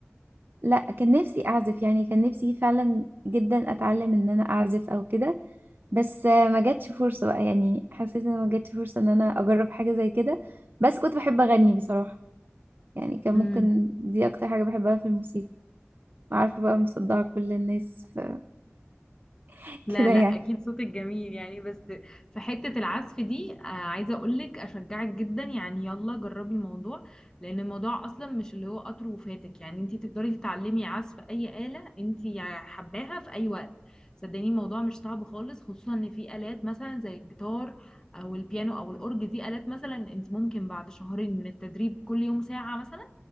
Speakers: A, on the right; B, on the left.
A: لا كان نفسي اعزف يعني كان نفسي فعلا جدا اتعلم ان انا اعزف او كده بس آه، ما جاتش فرصه بقى يعني حسيت ان ما جاتش فرصه ان انا اجرب حاجه زي كده بس كنت بحب اغني بصراحه يعني كان
B: كده
A: ممكن دي اكتر حاجه بحبها في الموسيقى عارفه بقى مصدعه كل الناس ف- <laughs>
B: لا
A: كده
B: لا
A: يعني
B: اكيد صوتك جميل يعني بس في حتة العزف دي آه، عايزة اقولك اشجعك جدا يعني يلا جربي الموضوع لان الموضوع اصلا مش اللي هو قطر وفاتك يعني انتي تقدري تتعلمي عزف اي آلة انتي حباها في اي وقت صدقيني الموضوع مش صعب خالص خصوصا ان في آلات مثلا زي الجيتار او البيانو او الاورج دي آلات مثلا انتي ممكن بعد شهرين من التدريب كل يوم ساعة مثلا